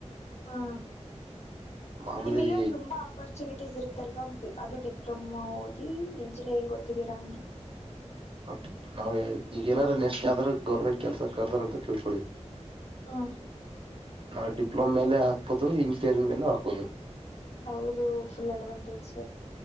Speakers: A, on the left; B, on the right.
A: ಹಾ
B: ಮಾಮೂಲಿ
A: ನಿಮಗ ಇವಾಗ ತುಂಬಾ. ಅಪಾರ್ಚುನಿಟೀಸ್ ಇರುತ್ತಲ್ವಾ ಅದು ಡಿಪ್ಲೊಮಾ ಓದಿ ಇಂಜಿನಿಯರಿಂಗ ಓದೀತಿರಾ ಅಂದ್ರೆ.
B: ಓಕೆ ನಾವೇ ಈಗ ಏನಾರ ನೆಸ್ಟ್ ಯ ಯಾವದರ ಗರ್ಮೆಂಟ್ ಕೆಲಸ ಕರ್ದಾರ ಅಂತ ತಿಳ್ಕೊಳ್ಳಿ.
A: ಹಾ
B: ನಾವು ಡಿಪ್ಲೋಮ ಮೇಲ್ ಆಕ್ಬಹುದು ಇಂಜಿನಿಯರಿಂಗ್ ಮೇಲೇ ಆಕ್ಬಹದು.
A: ಹೌದು ಫುಲ್ ಅಡ್ವಾಂಟೇಜ್.